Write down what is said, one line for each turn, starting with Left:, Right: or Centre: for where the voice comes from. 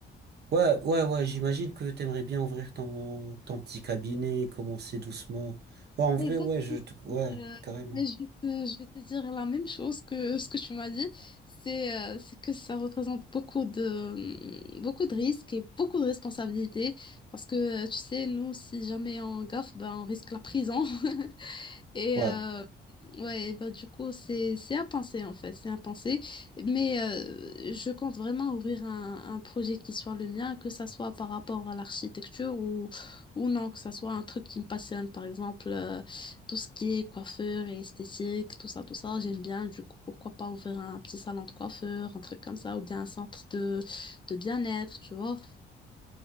Right: ouais, ouais, ouais, j'imagine que t'aimerais bien ouvrir ton, ton petit cabinet, commencer doucement. Ouais, en vrai,
Left: Ouais, Exactement.
Right: ouais, je, te- ouais,
Left: Mais, euh,
Right: carrément.
Left: mais je vais te, je vais te dire la même chose que ce que tu m'as dit, c'est euh, c'est que ça représente beaucoup de, mm, beaucoup de risques et beaucoup de responsabilités parce que, euh, tu sais, nous, si jamais on gaffe, ben, on risque la prison. <laughs> Et
Right: Ouais,
Left: euh, ouais, bah, du coup, c'est c'est à penser en fait, c'est à penser. Mais euh, je compte vraiment ouvrir un, un projet qui soit le mien, que ça soit par rapport à l'architecture ou, ou non, que ça soit un truc qui me passionne, par exemple, euh, tout ce qui est coiffeur et esthétique, tout ça, tout ça, j'aime bien. Du coup, pourquoi pas ouvrir un petit salon de coiffeur, un truc comme ça, ou bien un centre de, de bien-être, tu vois.